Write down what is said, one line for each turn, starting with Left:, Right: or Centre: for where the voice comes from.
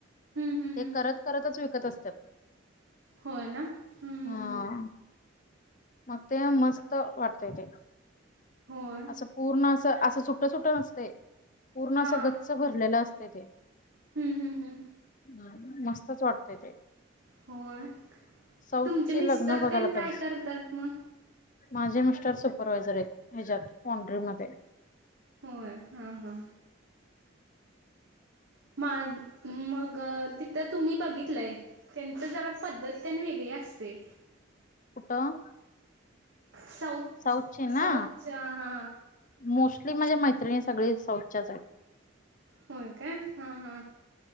Right: हम्म हम्म
Left: ते
Right: हम्म
Left: करत करतच विक कत असत्यात.
Right: होय ना हम्म
Left: हाअ मग ते मस्त वाट ते <unintelligible>
Right: होय
Left: असं पूर्ण असं - असं, सुट - सुट नसते. पूर्ण
Right: हा
Left: असं गच्च भरलेलं असते ते.
Right: हम्म हम्म हम्म
Left: हम मस्तचं वाटतय ते -.
Right: होय
Left: साऊथचे
Right: तुमचे मिस्टर
Left: लग्न बघायला
Right: तेन
Left: पाहिजेस.
Right: काय करतात मग
Left: माझे मिस्टर सुपरव्हायझर आहेत. ह्याच्यात पॉंड्री मध्ये.
Right: होय, हा - हा मग तिथं तुम्ही बघितलंय त्यांच जरा पद्धत त्यांनी वेगळी <unintelligible> तेअस्ते-.
Left: कूट अं -.
Right: साऊथ
Left: साऊथचीन
Right: साऊथच्या
Left: ना
Right: हा
Left: मोस्ट -. माणझ्या मैत्रिणी सगळीच साऊथचया आहेत -.
Right: होयका हम - हम -.